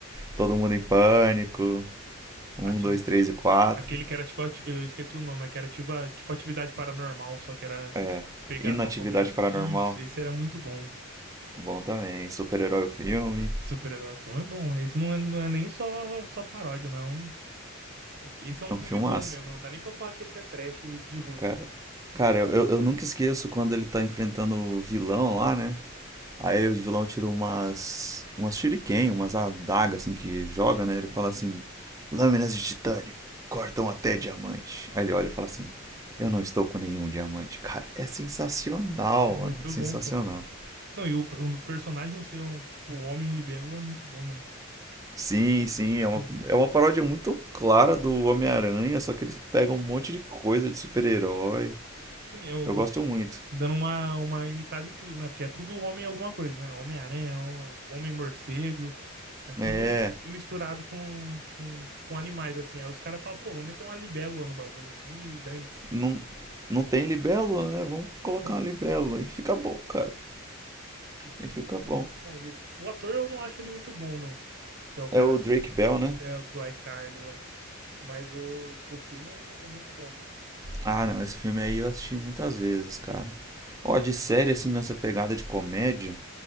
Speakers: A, on the right (about 15°); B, on the right (about 45°).
A: Todo mundo em pânico. Um,
B: Ativi...
A: dois, três
B: tipo,
A: e quatro.
B: Aquele que era tipo, ah, tipo. Eu esqueci o nome, mas que era tipo, a- tipo atividade paranormal, só que era
A: É.
B: pegado
A: Inatividade
B: pra comédia.
A: Paranormal.
B: Isso, esse era muito bom, mano.
A: Bom também. Super-herói o filme.
B: Super-herói filme é bom. Esse não é, não é nem só, só paródia, mas é um. Esse é um
A: É
B: filme
A: um filmaço.
B: bom mesmo, não dá nem pra falar que esse é trash de ruim.
A: Cara. Cara, eu, eu, eu nunca esqueço quando ele tá enfrentando o vilão lá, né? Aí o vilão tira umas. umas shuriken, umas adagas
B: Sim.
A: assim que joga, né? Ele fala assim: Lâminas de titânio cortam até diamante. Aí ele olha e fala assim: Eu não estou com nenhum diamante. Cara, é sensacional,
B: É muito
A: mano. É sensacional.
B: bom, pô. Não, e o, per- o personagem ser um, tipo, o homem libelo é muito bom, né? mano?
A: Sim, sim,
B: Tipo,
A: é uma, é uma paródia muito clara do Homem-Aranha, só que eles pegam um monte de coisa de super-herói.
B: sim, é o,
A: Eu gosto
B: o-
A: muito.
B: dando uma, uma imitada em tudo, né? Porque é tudo homem alguma coisa, né? Homem-aranha, o- homem-morcego, é tudo
A: É,
B: misturado com, com, com animais, assim. Aí os caras falam, pô, vamos meter uma libélula no bagulho, assim, e dane-se.
A: não, não tem libélula, né? Vamos colocar
B: Pô,
A: uma libélula e fica bom, cara.
B: o
A: E fica
B: o filme
A: bom.
B: é muito bom. E o, o ator eu não acho ele muito bom, não. Que é o cara
A: É o Drake Bell, né?
B: é, do iCarly lá. Mas o, o filme é, é muito bom.
A: Ah, não, esse filme aí eu assisti muitas vezes, cara. Ó, de série, assim, nessa pegada de comédia,